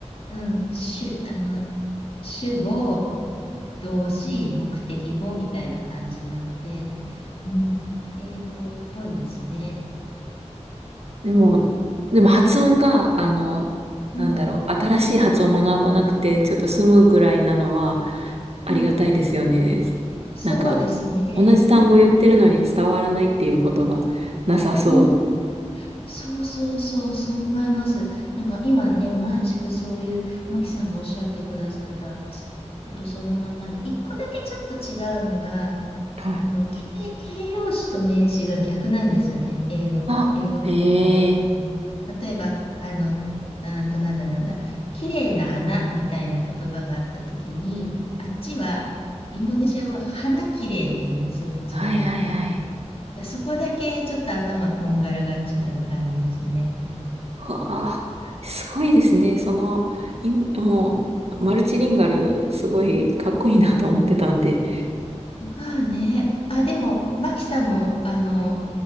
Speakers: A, on the left; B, on the right.
A: うん、主、あの、主語、動詞、目的語みたいな感じなので、うん、英語っぽいですね。
B: でも、でも発音が、あの、
A: うん
B: なんだろう、新しい発音を学ばなくて、ちょっと済むぐらいなのは、ありがたいですよね。
A: うん、そうですね。
B: なんか、同じ単語言ってるのに伝わらないっていうことがなさそう。
A: うんうんうん。そうそうそう、そう思います。なんか今ね、まさしくそういう、マキさんがおっしゃってくださったことそのままで、一個だけちょっと違うのが、
B: はい。
A: あの、形、形容詞と名詞が逆なんですよね。英語と、
B: ああ、
A: 英語とか日本語とか。
B: ええ
A: 例えば、あの、うーんと、なんだなんだ、綺麗な花みたいな言葉があったときに、あっちは、インドネシア語は花綺麗って言うんですよ、順番が。
B: はいはいはい。
A: でそこだけちょっと頭こんがらがっちゃう感じですね。
B: わあ、すごいですね。その、いん、もう、
A: うん。
B: マルチリンガル、すごいかっこいいなと思ってたんで。
A: まあね。あ、でも、マキさんも、あの、